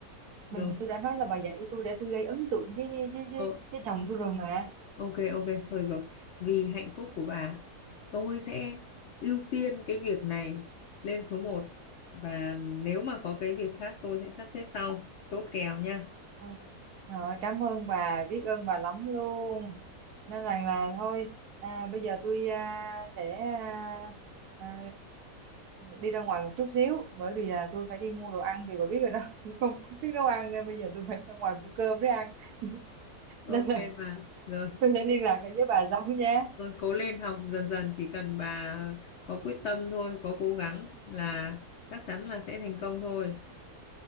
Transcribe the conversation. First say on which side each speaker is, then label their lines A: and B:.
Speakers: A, on the right; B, on the left.
A: mình
B: rồi
A: tôi đã nói là bà dạy tôi để tôi gây ấn tượng với với với, với,
B: Ờ,
A: với chồng tôi rồi mà
B: Ok ok thôi được rồi vì hạnh phúc của bà tôi sẽ ưu tiên cái việc này lên số một và nếu mà có cái việc khác tôi sẽ sắp xếp sau chốt kèo nha
A: Ừ. Rồi, cảm ơn bà, biết ơn bà lắm luôn. Nên rằng là thôi, à, bây giờ tôi à, sẽ à, à, đi ra ngoài một chút xíu, bởi vì là tôi phải đi mua đồ ăn vì bà biết rồi đó, <laughs> tôi không, không biết nấu ăn nên bây giờ tôi phải ra ngoài mua cơm để ăn. <laughs>
B: ok
A: Nên là
B: bà rồi
A: tôi sẽ liên lạc lại với bà sau nha.
B: rồi cố lên học dần dần chỉ cần bà có quyết tâm thôi có cố gắng là chắc chắn là sẽ thành công thôi